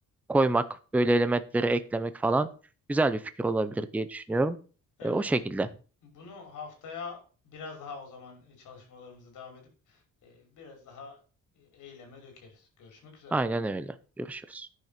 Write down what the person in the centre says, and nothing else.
koymak, böyle elementleri eklemek falan güzel bir fikir olabilir diye düşünüyorum.
E, o şekilde.
Aynen öyle. Görüşürüz.